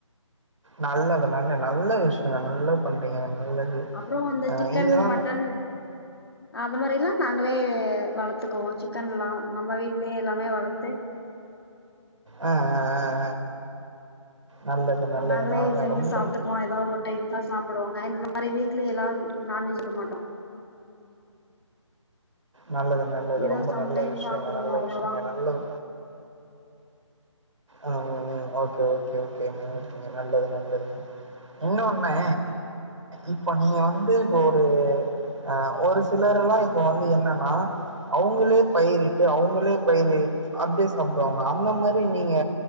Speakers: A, on the right (about 70°); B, on the left (about 50°).
A: நல்லது நல்லது நல்ல விஷ் நல்லா பண்றீங்க நல்லது
B: அப்புறம் அந்த
A: ஆ
B: சிக்கன்
A: இதெல்லா
B: மட்டன் அந்த மாரில்லாம் நாங்களே வளர்த்துக்குவோம் சிக்கன்ல்லாம் நம்ம வீடலேயே எல்லாமே வளத்து
A: ஆ ஆ ஆ ஆ நல்லது நல்லது
B: நாங்களே
A: நல்ல
B: செஞ்சு
A: ரொம்ப
B: சாப்பிட்டுக்குவோம் ஏதோ ஒரு டைம் தான் சாப்பிடுவாங்க இந்த மா நிறைய வீக்லி எல்லாம் நான்வெஜ் எடுக்க மாட்டோம்
A: நல்லது நல்லது
B: ஏதோ
A: ரொம்ப
B: சம்டைம்
A: நல்ல விஷயங்க
B: சாப்பிடுவோம்
A: நல்ல
B: அவ்வளோதான்.
A: விஷயங்க நல்லது ஆ ஓகே ஓகே ஓகேகேங்க நல்லது நல்லதுங்க இன்னொன்னு இப்போ நீங்க வந்து ஒரு அஹ ஒரு சிலர் எல்லாம் இப்ப வந்து என்னன்னா அவங்களே பயிரிட்டு அவங்களே பயிரி அப்படியே சாப்பிடுவாங்க அந்த மாரி நீ நீங்க